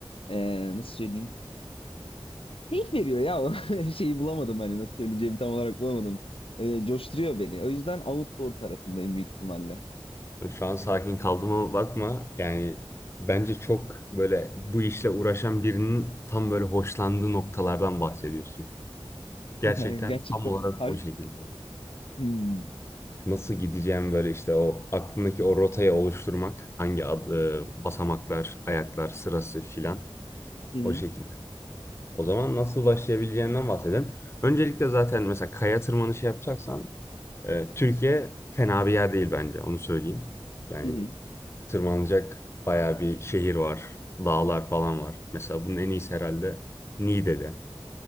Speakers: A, on the left; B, on the left.
A: ee, nasıl söyleyeyim? Keyif veriyor ya. <laughs> O Şeyi bulamadım hani nasıl söyleyeceğimi tam olarak bulamadım. Ee, coşturuyor beni. O yüzden outdoor tarafındayım büyük ihtimalle.
B: Şu an sakin kaldığıma bakma. Yani bence çok böyle bu işle uğraşan birinin tam böyle hoşlandığı noktalardan bahsediyorsun. Gerçekten
A: <laughs> Gerçekten.
B: tam olarak
A: Har-
B: o şekilde.
A: Hmm.
B: nasıl gideceğim böyle işte o aklındaki o rotayı oluşturmak. Hangi ad, e, basamaklar, ayaklar sırası filan
A: Hı hı.
B: o şekilde. O zaman nasıl başlayabileceğinden bahsedelim. Öncelikle zaten mesela kaya tırmanışı yapacaksan e, Türkiye fena bir yer değil bence onu söyleyeyim. Yani
A: Hı hı.
B: tırmanacak bayağı bir şehir var, dağlar falan var. Mesela bunun en iyisi herhalde Niğde'de.